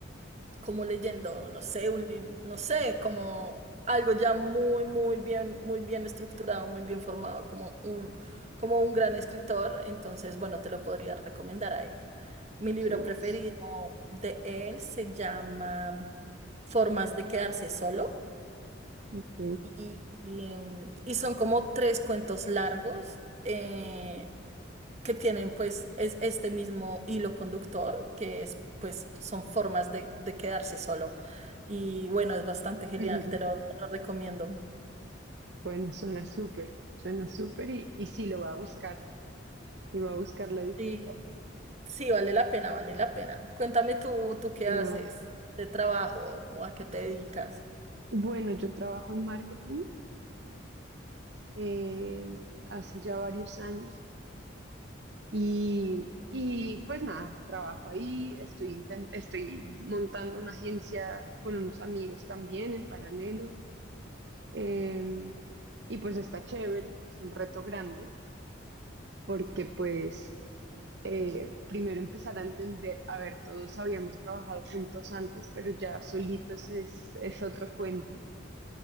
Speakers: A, on the right; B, on the right.
A: como leyendo, no sé, un libro, no sé, como algo ya muy, muy bien, muy bien estructurado, muy bien formado, como un, como un gran escritor, entonces, bueno, te lo podría recomendar a él. Mi libro
B: suenas.
A: preferido de él se llama Formas de quedarse solo.
B: Ok.
A: Y, y, em, y son como tres cuentos largos eh, que tienen pues es, este mismo hilo conductor, que es pues son formas de, de quedarse solo. Y bueno, es bastante genial,
B: Ujú.
A: te lo, te lo recomiendo.
B: Bueno, suena súper, suena súper y, y sí lo va a buscar, y va a buscar la editorial.
A: Sí, sí, vale la pena, vale la pena. Cuéntame tú, tú qué
B: Que
A: haces
B: no.
A: de trabajo o a qué te dedicas.
B: Bueno, yo trabajo en marketing eh, hace ya varios años. Y, y pues nada, trabajo ahí, estoy, inten- estoy montando una agencia con unos amigos también en paralelo. em, y pues está chévere, es un reto grande, porque pues eh, primero empezar a entender, a ver, todos habíamos trabajado juntos antes, pero ya solitos es, es otro cuento.